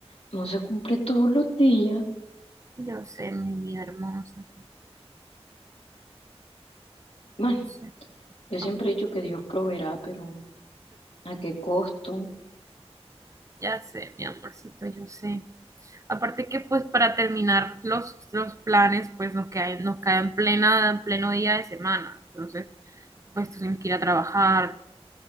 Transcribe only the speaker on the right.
yo sé, mi vida hermosa,
no sé,
no,
ya sé, mi amorcito, yo sé. Aparte que pues para terminar los, los planes, pues nos cae, nos cae en plena, en pleno día de semana. Entonces, pues tú tienes que ir a trabajar